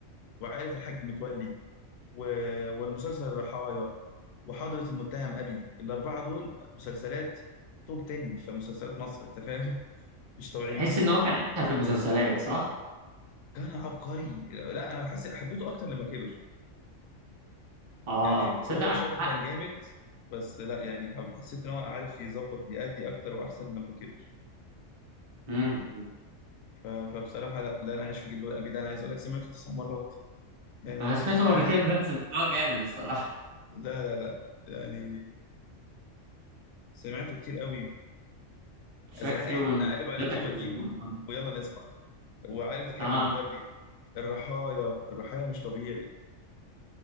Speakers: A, on the left; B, on the right.
A: وعائلة الحاج متولي و... والمسلسل الرحايا وحضرة المتهم أبي الأربعة دول مسلسلات توب 10 في مسلسلات مصر أنت فاهم <laughs> مش طبيعيين
B: تحس ان هو كان احسن في المسلسلات صح
A: كان عبقري لا أنا حسيت حبيته أكتر لما كبر
B: اه
A: يعني
B: تصدق
A: وهو
B: عندك
A: شاب
B: حق
A: كان جامد بس لا يعني حب- حسيت إن هو عارف يظبط يأدي أكتر وأحسن لما كبر
B: امم
A: ف... فبصراحة لا لا أنا عايش في جلباب أبي ده أنا عايز أقول لك سمعته تسع مرات يعني
B: انا سمعته
A: <laughs>
B: مرتين
A: فاهم
B: بس بس هو جامد الصراحه
A: لا لا لا يعني سمعته كتير قوي
B: شكله
A: زهقان
B: من
A: اقلب على
B: مسلسلاتك
A: اليوتيوب اجيبه
B: المفضلة.
A: ويلا نسمع وعائلة الحاج
B: اه
A: متولي الرحايا الرحايا مش طبيعي